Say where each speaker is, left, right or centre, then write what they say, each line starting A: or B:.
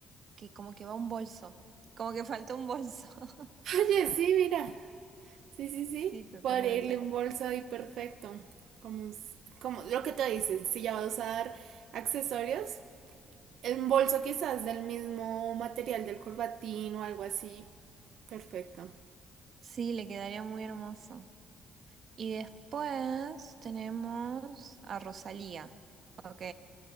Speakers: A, on the right; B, on the right.
A: que como que va un bolso, como que faltó un bolso. <laughs>
B: Oye, sí, mira. Sí, sí,
A: Sí,
B: sí.
A: totalmente.
B: Podría irle un bolso y perfecto. Como, s- como lo que te dicen, si ya va a usar accesorios, un bolso quizás del mismo material del corbatín o algo así. Perfecto.
A: Sí, le quedaría muy hermoso. Y después tenemos a Rosalía. Ok.